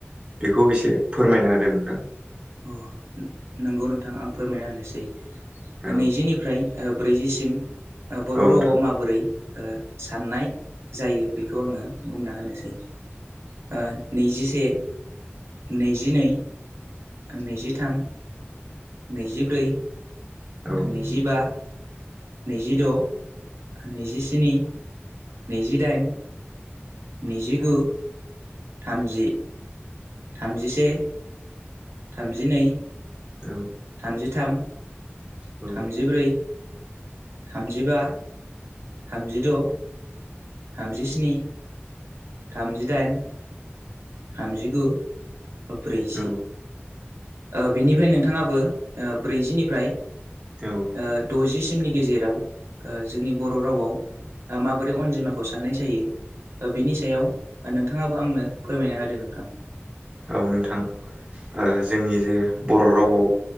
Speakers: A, on the right (about 20°); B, on the right (about 75°).
A: बेखौ एसे फोरमायना होदों नोंथां
B: अ नोंगौ नोंथां आं फोरमायना होनोसै
A: औ
B: नैजिनिफ्राय ब्रैजिसिम ओ बर'
A: नोंथां
B: रावआव माबोरै ओ साननाय जायो बेखौ आङो बुंना होनोसै ओ नैजिसे नैजिनै नैजिथाम नैजिब्रै
A: औ
B: नैजिबा नैजिद' नैजिस्नि नैजिदाइन नैजिगु थामजि थामजिसे थामजिनै
A: औ
B: थामजिथाम
A: औ
B: थामजिब्रै थामजिबा थामजिद' थामजिस्नि थामजिदाइन थामजिगु ब्रैजि
A: औ
B: ओ बिनिफ्राय नोंथाङाबो ओ ब्रैजिनिफ्राय
A: औ
B: ओ द'जिसिमनि गेजेराव ओ जोंनि बर' रावाव माबोरै अनजिमा साननाय जायो बिनि सायाव नोंथाङाबो आंनो फोरमायना होदो नोंथां
A: औ नोंथां जोंनि जे बर' रावआव